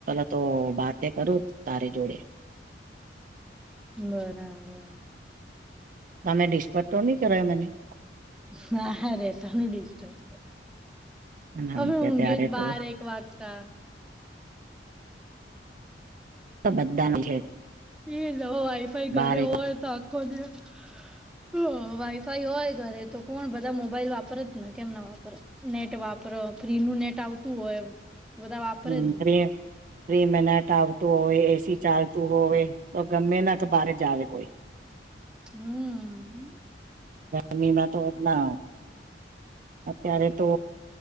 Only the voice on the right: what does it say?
<unintelligible> તો બાતે કરું તારે જોડે
તમે <unintelligible> કરાયા <unintelligible>
ના
ત્યારે
તો
બધાને
બારે
હમ
ફ્રી ફ્રી મેને નેટ આવતું હોય. <unintelligible> ચાલતું હોવે તો ગમે ના તો બાર <unintelligible> કોઈ..
ગમીમાં તો એ અત્યારે તો